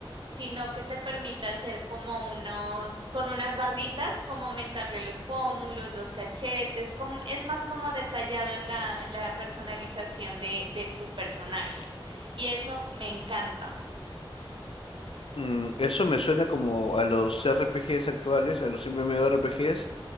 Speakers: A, on the right (about 60°); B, on the left (about 70°).
A: sino que te permite hacer como unos, con unas barritas, como aumentarle los pómulos, los cachetes, como, es más como detallado en la, en la personalización de, de tu personaje. Y eso me encanta.
B: Mm, eso me suena como a los RPGs actuales, a los MMORPGs,